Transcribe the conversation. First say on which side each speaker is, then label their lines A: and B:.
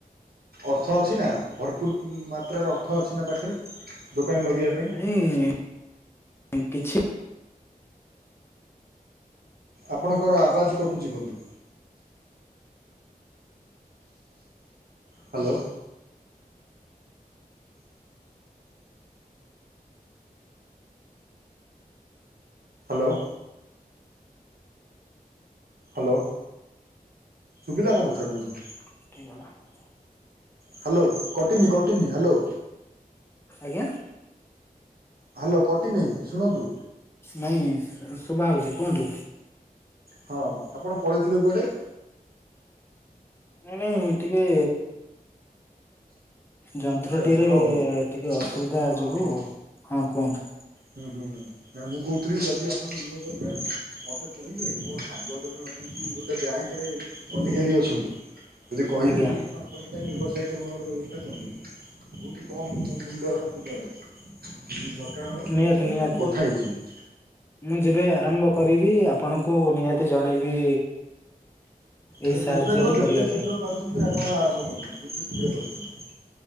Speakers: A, on the right; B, on the left.
A: ଅର୍ଥ ଅଛି ନା ଭରପୁର ମାତ୍ରାରେ ଅର୍ଥ ଅଛି ନା ପାଖରେ ଦୋକାନ ରେ ଲଗେଇବା ପାଇଁ?
B: ନାଇଁ କିଛି
A: ଆପଣଙ୍କର ଆବାଜ କଟୁଚି ବନ୍ଧୁ। ହାଲୋ। ହାଲୋ। ହାଲୋ ଶୁବିଲା ମୋ କଥା ବନ୍ଧୁ?
B: <unintelligible>
A: ହାଲୋ କଟିନି କଟିନି ହାଲୋ।
B: ଆଜ୍ଞା।
A: ହାଲୋ କଟିନେଇଁ ଶୁଣନ୍ତୁ।
B: ନାଇଁ ଶୁବା ହଉଚି କୁହନ୍ତୁ।
A: ହଁ ଆପଣ ପଳେଇଥିଲେ କୁଆଡେ?
B: ନାଇଁ ନାଇଁ ଟିକେ ଯନ୍ତ୍ରଟିରେ
A: ଆଚ୍ଛା ଆଚ୍ଛା ହଉ ହଉ
B: ଟିକେ ଅସୁବିଧା
A: ହଁ ହଁ
B: ଯୋଗୁ
A: ହଁ
B: ହଁ କୁହନ୍ତୁ।
A: ହୁଁ ହୁଁ ନା ମୁଁ କୋଉଥିଲି କି ଯଦି ଆପଣଙ୍କୁ ଋଣ ଦରକାର ମତେ କହିବେ ମୋର ସାଙ୍ଗ ଜଣେ ଅ <unintelligible> ଗୋଟେ ବ୍ୟାଙ୍କରେ ଅଧିକାରୀ ଅଛନ୍ତି ଯଦି କହିଦେବେ
B: ଆଜ୍ଞା
A: ମୁଁ ଆପଣଙ୍କ ପାଇଁ ବ୍ୟବସାୟିକ ଋଣର ବ୍ୟବସ୍ଥା କରିଦେବି। ବହୁତ କମ୍ ମୂ-ମୂଲ୍ୟର ସୁଧରେ <unintelligible> ଦରକାର ହବ ମତେ
B: ନିହାତି
A: କହିବେ
B: ନିହାତି
A: ମୁଁ କଥା ହେଇଯିବି।
B: ମୁଁ ଯେବେ ଆରମ୍ଭ କରିବି ଆପଣଙ୍କୁ ନିହାତି ଜଣେଇବି। ଏଇ
A: ନା
B: ସାହାଯ୍ୟଟି
A: ଯେବେ ନୁହଁ ଯେତେ
B: କରିବା
A: ଶୀଘ୍ର
B: ପାଇଁ
A: ପାରୁଛନ୍ତି ଆପଣ ଆରମ୍ଭ କରନ୍ତୁ ଯେତେ ଶୀଘ୍ର ପାରୁଚନ୍ତି।